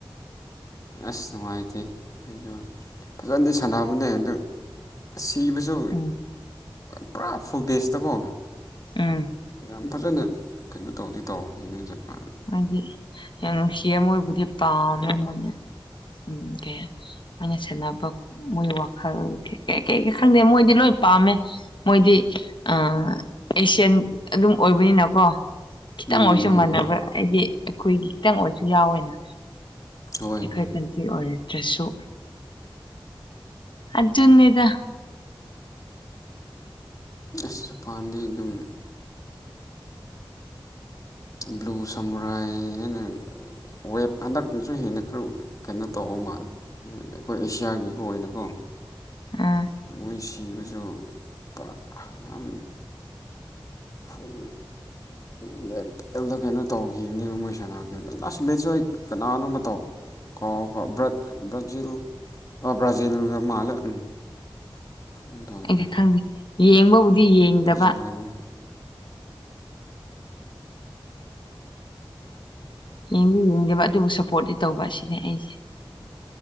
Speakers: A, on the left; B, on the left.
A: ꯑꯁ ꯅꯨꯡꯉꯥꯏꯇꯦ ꯍꯥꯏ ꯐꯖꯅꯗꯤ ꯁꯥꯟꯅꯕꯅꯦ ꯑꯗꯨ ꯁꯤꯕꯁꯨ
B: ꯎꯝ
A: ꯄꯨꯔꯥ ꯐꯨꯜ ꯕꯦꯁꯇꯀꯣ
B: ꯎꯝ
A: ꯌꯥꯝ ꯐꯖꯅ ꯀꯩꯅꯣ ꯇꯧꯗꯤ ꯇꯧꯅ ꯖꯄꯥꯟ
B: ꯍꯥꯏꯗꯤ ꯌꯥꯝ ꯅꯨꯡꯁꯤ ꯃꯣꯏꯕꯨꯗꯤ ꯄꯥꯝꯃꯦ ꯃꯣꯏꯅ ꯎꯝ ꯀꯩ ꯑꯩꯅ ꯁꯥꯟꯅꯕ ꯃꯣꯏ ꯋꯥꯈꯜ ꯀꯩ ꯀꯩ ꯀꯩ ꯈꯪꯗꯦ ꯃꯣꯏꯗꯤ ꯂꯣꯏ ꯄꯥꯝꯃꯦ꯫ ꯃꯣꯏꯗꯤ ꯑꯦꯁꯤꯌꯥꯟ ꯑꯗꯨꯝ ꯑꯣꯏꯕꯅꯤꯅꯀꯣ ꯈꯤꯇꯪ
A: ꯎꯝ ꯎꯝ
B: ꯑꯣꯏꯁꯨ ꯃꯥꯟꯅꯕ
A: ꯎꯝ
B: ꯑꯩꯗꯤ ꯑꯩꯈꯣꯏꯒꯤ ꯈꯤꯇꯪ ꯑꯣꯏꯔꯁꯨ ꯌꯥꯎꯋꯦꯅ
A: ꯍꯣꯏ
B: ꯑꯩꯈꯣꯏ
A: ꯍꯣꯏ
B: ꯈꯟ ꯁꯤ ꯑꯣꯏꯔꯗ꯭ꯔꯁꯨ ꯑꯗꯨꯅꯤꯗ
A: ꯑꯁ ꯄꯝꯗꯦꯅꯦ ꯅꯪ ꯕ꯭ꯂꯨ ꯁꯝꯔꯥꯏꯅ ꯋꯦꯞ ꯍꯟꯗꯛꯇꯪꯁꯨ ꯍꯦꯟꯅ ꯈꯔ ꯀꯩꯅꯣ ꯇꯧꯕ ꯃꯥꯜꯂꯦ꯫ ꯑꯩꯈꯣꯏ ꯑꯦꯁꯤꯌꯥꯒꯤꯀ ꯑꯣꯏꯅꯀꯣ
B: ꯑꯥ
A: ꯃꯣꯏ ꯁꯤꯕꯁꯨ ꯄꯨꯔꯥ ꯌꯥꯝ ꯐꯨꯜꯗ ꯀꯩꯅꯣ ꯇꯧꯈꯤꯕꯅꯦ ꯃꯣꯏ ꯁꯥꯟꯅꯔꯈꯤꯕꯗ ꯂꯥꯁ ꯃꯕꯦꯠꯁꯨ ꯑꯩ ꯀꯅꯥꯅꯣ ꯃꯇꯧ ꯀꯥꯎ ꯀꯥꯎ ꯕ꯭ꯔꯥꯖꯤꯜ ꯑꯣ ꯕ꯭ꯔꯖꯤꯜꯒ ꯃꯥꯜꯂꯦ ꯎꯝ ꯀꯩꯅꯣ ꯇꯧꯕꯗꯣ
B: ꯑꯩꯗꯤ ꯈꯪꯗꯦ ꯌꯦꯡꯕꯕꯨꯗꯤ ꯌꯦꯡꯗꯕ
A: ꯕ꯭ꯔꯥꯖꯤꯜꯒꯅꯦ
B: ꯌꯦꯡꯗꯤ ꯌꯦꯡꯗꯦꯕ ꯑꯗꯨꯕꯨ ꯁꯞꯄꯣꯔꯇꯤ ꯇꯧꯕ ꯑꯁꯤꯅꯦ ꯑꯩꯁꯦ